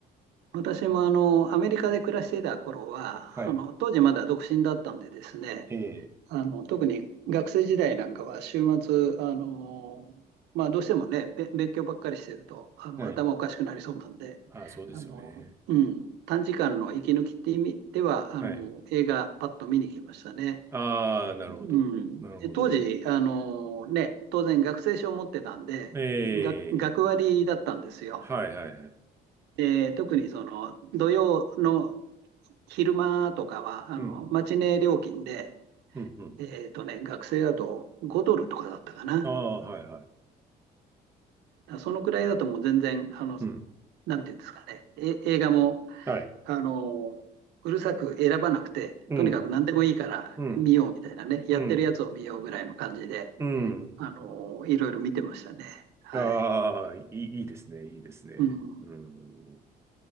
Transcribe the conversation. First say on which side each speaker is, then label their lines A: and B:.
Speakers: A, on the right; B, on the right.
A: 私もあの、アメリカで暮らしていた頃は、
B: はい。
A: あの、当時まだ独身だったんでですね、
B: ええ。
A: あの、特に学生時代なんかは週末、あの、まあ、どうしてもね、べ勉強ばっかりしてると、あの、
B: はい。
A: 頭おかしくなりそうなんで、
B: ああ、そうですよね。
A: あの、うん、短時間の息抜きって意味では、あの、
B: はい。
A: 映画パッと見に来ましたね。
B: ああ、なるほど。
A: うん。
B: なるほど。
A: で当時、あの、ね、当然学生証を持ってたんで、
B: ええ。
A: が学割だったんですよ。
B: はいはいはい。
A: えー特にその土曜の昼間とかはあのマチネ料金で
B: うん。うんうん。
A: えっとね、学生だと5ドルとかだったかな。
B: ああ、
A: だか
B: はいはい。
A: らそのくらいだともう全然、あの、
B: うん。
A: なんていうんですかね、え、映画も、
B: はい。
A: あの、うるさく選ばなくて、
B: うん。
A: とにかく何でもいいから見ようみたいなね、
B: うん。
A: やってるやつを見ようぐらいの感じで、
B: うん。うん。
A: あの、いろいろ見てましたね。はい。
B: ああ、いい、いいですね、いいですね。
A: うん。
B: うん。